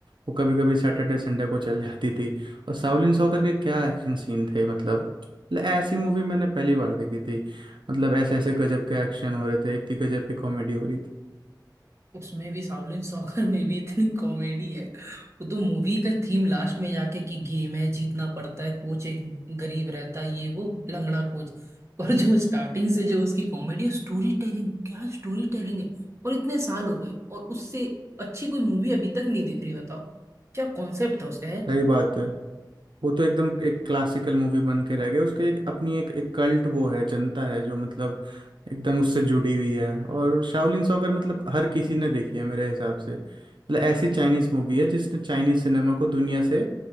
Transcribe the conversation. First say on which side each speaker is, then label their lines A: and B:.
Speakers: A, on the right; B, on the right.
A: वो कभी कभी सैटरडे संडे को चल जाती थी और शाओलिन सॉकर के क्या एक्शन सीन थे मतलब मतलब ऐसी मूवी मैंने पहली बार देखी थी मतलब ऐसे ऐसे गजब के एक्शन हो रहे थे इतनी गजब की कॉमेडी हो रही थी
B: उसमें भी शाओलिन सॉकर में भी इतनी कॉमेडी है वो तो मूवी का थीम लास्ट में जाके कि गेम है जीतना पड़ता है कोच एक गरीब रहता है ये वो लंगड़ा कोच पर जो स्टार्टिंग से जो उसकी कॉमेडी है स्टोरी टेलिंग क्या स्टोरी टेलिंग है और इतने साल हो गए और उससे अच्छी कोई मूवी अभी तक नहीं दिख रही बताओ क्या कॉन्सेप्ट था उसका
A: सही बात है वो तो एकदम एक क्लासिकल मूवी बन के रह गए उसके एक अपनी एक एक कल्ट वो है जनता है जो मतलब एकदम उससे जुड़ी हुई है और शाओलिन सॉकर मतलब हर किसी ने देखी है मेरे हिसाब से मतलब ऐसी चाइनीज मूवी है जिसने चाइनीज सिनेमा को दुनिया से